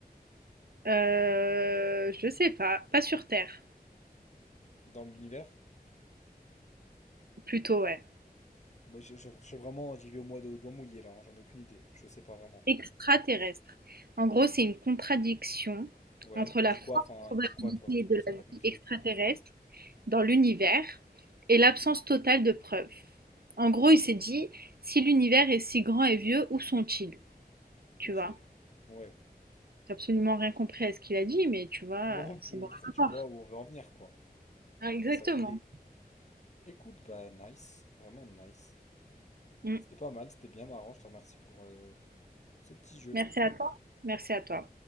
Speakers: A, on the right; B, on the left.
A: Euh, je sais pas. Pas sur Terre.
B: dans l'univers?
A: Plutôt, ouais.
B: Bah, je, je- je- vraiment, j'y vais au mois d'eau doigt mouillé là, hein, j'en ai aucune idée, je sais pas vraiment.
A: extraterrestre. En gros, c'est une contradiction
B: Ouais,
A: entre
B: il
A: la
B: dit
A: forte
B: quoi, enfin,
A: probabilité
B: il dit quoi toi,
A: de
B: de ce
A: la
B: que t'as
A: vie
B: compris?
A: extraterrestre dans l'univers et l'absence totale de preuves. En gros, il s'est dit, si l'univers est si grand et vieux, où sont-ils? Tu
B: Ok,
A: vois?
B: ouais,
A: J'ai absolument rien compris à ce qu'il a dit, mais tu vois,
B: moi non plus,
A: c'est bon à
B: Ah,
A: savoir.
B: tu vois où on veut en venir quoi,
A: Ah,
B: c'est plutôt
A: Exactement.
B: ça l'idée. Écoute, bah nice, vraiment nice.
A: Mm.
B: C'était pas mal, c'était bien marrant, je te remercie pour euh, ce petit jeu.
A: Merci à toi. Merci à toi.